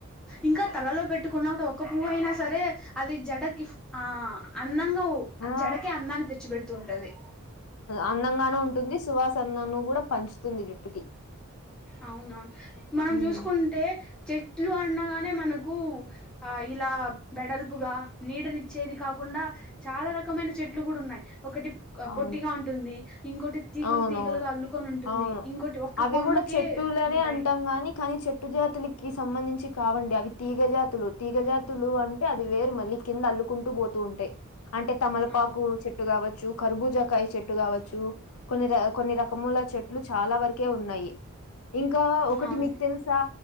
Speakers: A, in the centre; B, on the left.
A: ఇంకా తలలో పెట్టుకున్న ఒకటి ఒక పువ్వు అయినా సరే అది జడకి ఆ అందంగా
B: ఆ
A: జడకే అందాన్ని తెచ్చి పెడుతూ ఉంటది
B: అందంగానూ ఉంటుంది సువాసనను కూడా పంచుతుంది జుట్టుకి
A: అవునా మనం
B: హ్మ్
A: చూసుకుంటే చెట్లు అండగానే మనకు ఆ ఇలా వెడల్పుగా నీడనిచ్చేది కాకుండా చాలా రకమైన చెట్లు కూడా ఉన్నాయి ఒకటి
B: అవును
A: పొట్టిగా ఉంటుంది ఇంకోటి తీగలు
B: అవునవును
A: తీగలుగా అల్లుకొని ఉంటుంది
B: అవును
A: ఇంకోటి ఒక్క
B: అవి
A: కొమ్మకే
B: కూడా చెట్టులనే
A: ఉంటాయి
B: అంటాం గానీ కానీ చెట్టు చెట్టు జాతులకి సంబంధించి కావండి అవి తీగజాతులు తీగజాతులు అంటే అది వేరు మళ్ళీ కింద అల్లుకుంటూ పోతూ ఉంటాయి అంటే తమలపాకు
A: అవును
B: చెట్టు కావచ్చు కర్బుజాకాయ చెట్టు కావచ్చు కొన్ని ర కొన్ని రకముల చెట్లు చాలా వరకే ఉన్నాయి ఇంకా ఒకటి
A: అవును
B: మీకు తెలుసు ఇట్లా